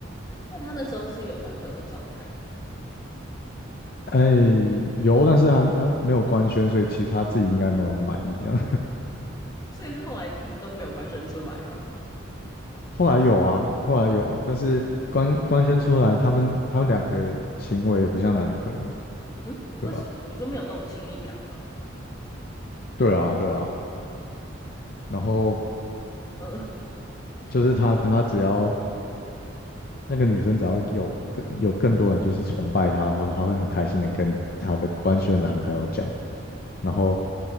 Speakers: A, on the left; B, on the left.
A: 因为她那时候是有男朋友的状态嘛，
B: 哎，有，但是他他没有官宣，所以其实他自己应该没有很满意这样。
A: 所以是后来一直都没有官宣出来嘛。
B: 后来有啊，后来有，但是官官宣出来，他们他们两个行为也不像男女朋友，
A: 嗯，
B: 对吧？
A: 为什么？你说没有那种亲密感吗？
B: 对啊，对啊。然后
A: 呃，
B: 就是他他只要那个女生只要有更有更多人就是崇拜她的话，她会很开心的跟她的官宣男朋友讲。然后